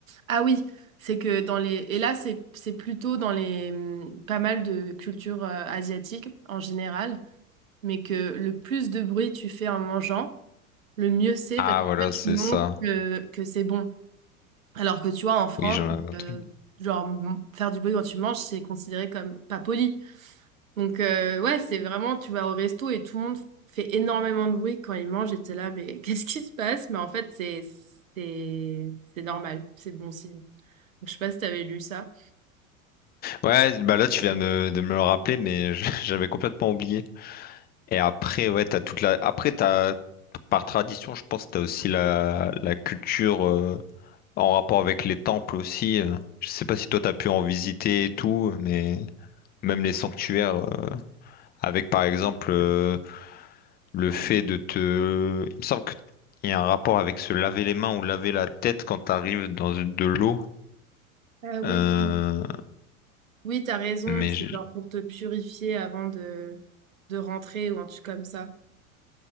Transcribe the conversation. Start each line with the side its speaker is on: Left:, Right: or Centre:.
Right: Ah oui, c'est que dans les... Et là, c'est c'est plutôt dans les... hum, pas mal de cultures euh, asiatiques en général, mais que le plus de bruit tu fais en mangeant, le mieux c'est
Left: Ah,
Right: parce que
Left: voilà,
Right: ça, tu
Left: c'est
Right: montres
Left: ça.
Right: que, que c'est bon. Alors que tu vois, en France,
Left: Oui, j'en avais entendu.
Right: euh, genre m- faire du bruit quand tu manges, c'est considéré comme pas poli. Donc, euh, ouais, c'est vraiment, tu vas au resto et tout le monde fait énormément de bruit quand ils mangent et t'es là, mais <laughs> qu'est-ce qui se passe? Mais en fait, c'est, c'est, c'est normal, c'est bon signe. Donc, je sais pas si t'avais lu ça.
Left: Ouais, bah là, tu viens de, de me le rappeler, mais je- <laughs> j'avais complètement oublié. Et après, ouais, t'as toute la. Après, t'as par tradition, je pense, t'as aussi la la culture euh, en rapport avec les temples aussi. euh. Je sais pas si toi, t'as pu en visiter et tout, mais même les sanctuaires, euh, avec par exemple. euh, Le fait de te... Il me semble qu'il y a un rapport avec se laver les mains ou laver la tête quand t'arrives dans de l'eau.
Right: Ah oui.
Left: Euh,
Right: Oui, t'as raison,
Left: Mais
Right: c'est
Left: je- ouais,
Right: genre pour te purifier avant de, de rentrer ou un truc comme ça.